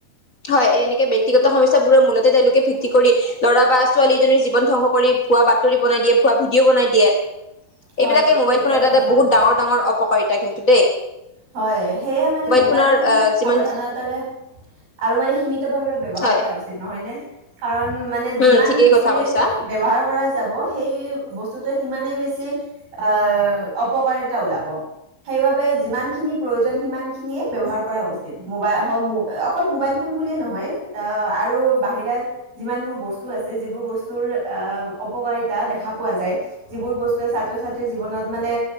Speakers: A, on the left; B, on the right.
A: হয় এনেকে বক্তিগত সমস্যাবোৰৰ মূলতে তেওঁলোকে ভিত্তি কৰি ল'ৰা বা ছোৱালীজনীৰ জীৱন ধ্বংস কৰি ভুৱা বাতৰি বনাই দিয়ে ভুৱা ভিডিঅ' বনাই দিয়ে।
B: হয়
A: এইবিলাকে
B: এইটো
A: মোবাইল
B: একেবাৰে
A: ফোন এটা এটা
B: সঁচা
A: বহুত
B: কথা
A: ডাঙৰ ডাঙৰ অপকাৰিত <unintelligible>
B: হয় সেয়ে মানে মো মোবাইল
A: ফোনৰ
B: ফোন
A: আহ যিমান
B: সাৱধানতাৰে আৰু মানে সীমিতভাৱে ব্যৱহাৰ
A: হয়
B: কৰা উচিত নহয়নে। কাৰণ মানে
A: উম
B: যি
A: ঠিকেই
B: বেছি
A: কথা কৈছা
B: ব্যৱহাৰ কৰা যাব সেই বস্তুটোৱে সিমানে বেছ অ অপকাৰিত, তাৰ ওলাব সেইবাবে। যিমানখিনি প্ৰয়োজন সিমানখিনিয়ে ব্যৱহাৰ কৰা উচিত মোবাই হওক মো অকল মোবাইল ফোন বুলিয়েই নহয় আৰু বাহিৰা যিমানবোৰ বস্তু আছে যিবোৰ বস্তুৰ অপকাৰিতা দেখা পোৱা যায় যিবোৰ বস্তুৱে ছাত্ৰ -ছাত্ৰীৰ জীৱনত মানে